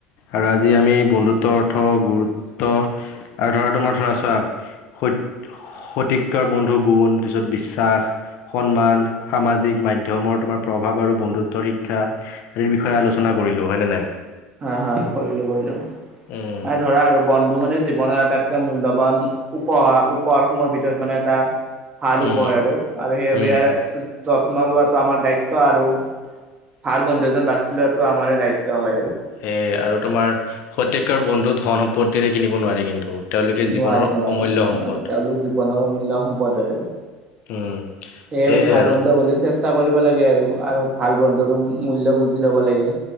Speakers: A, on the left (about 60°); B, on the right (about 35°).
A: আৰু আজি আমি বন্ধুত্ব ত অৰ্থ গুৰুত্ব আৰু ধৰা তোমাৰ ধৰাছা সত শতিকাৰ বন্ধু গুণ তাৰপাছত বিশ্বাস সন্মান সামাজিক মাধ্যমৰ তোমাৰ প্ৰভাৱ আৰু বন্ধুত্বৰ শিক্ষা আদিৰ বিষয়ে আলোচনা কৰিলো হয়নে নাই।
B: হা হা কৰিলো কৰিলো
A: উম
B: ধৰা আৰু বন্ধু মানে জীৱনৰ আটাইতকৈ মূল্যবান উপহাৰ উপহাৰসমূহৰ ভিতৰত মানে এটা ভাল
A: উম
B: উপহাৰ আৰু আৰু সেইবাবে
A: উম
B: ইয়াৰ যত্ন লোৱাটো আমাৰ দায়িত্ব আৰু ভাল বন্ধু এজন বাচি লোৱাতটো আমাৰ দায়িত্ব হয় আৰু
A: সেয়ে আৰু তোমাৰ সতীৰ্থৰে বন্ধু ধন সম্পত্তিৰে কিনিব নোৱাৰি কিন্তু তেওঁলোকে জীৱনৰ
B: নোৱাৰি নোৱাৰি
A: অমূল্য
B: কাৰ
A: সম্পদ
B: তেওঁলোক জীৱনৰ অমূল্য সম্পদ আৰু
A: উম
B: সেই
A: সেয়াই
B: আমি ভাল
A: আৰু
B: বন্ধু হ'বলৈ চেষ্টা চেষ্টা কৰিব লাগে আৰু আৰু ভাল বন্ধুৰো মূল্য বুজি ল'ব লাগে।